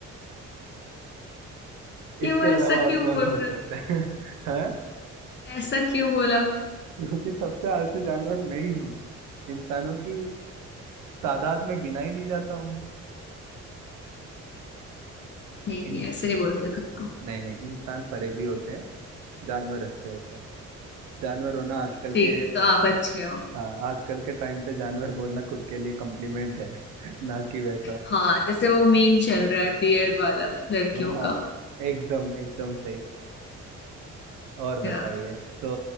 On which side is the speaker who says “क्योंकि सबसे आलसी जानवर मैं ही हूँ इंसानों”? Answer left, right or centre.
Right